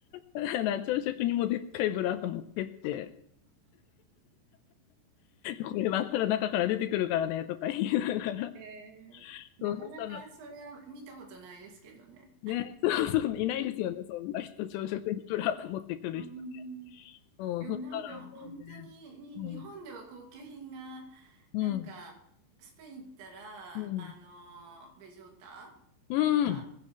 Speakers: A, on the left; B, on the right.
A: だから朝食にもでっかいブラータ持ってって、これ割ったら中から出てくるからねとか言いながら、
B: えー、
A: そうそしたら、
B: なかなかそれは見たことないですけどね。
A: ね、そうそう、いないですよね、そんな人、朝食にブラータ持ってくる人。
B: うん、
A: そう、
B: でもなんか本当に、
A: そしたらもうね、
B: に、
A: も
B: 日本では高級品が、
A: うん。
B: なんか、
A: うん。
B: スペイン行ったら、
A: うん。
B: あの、ベジョータ
A: うん。
B: が、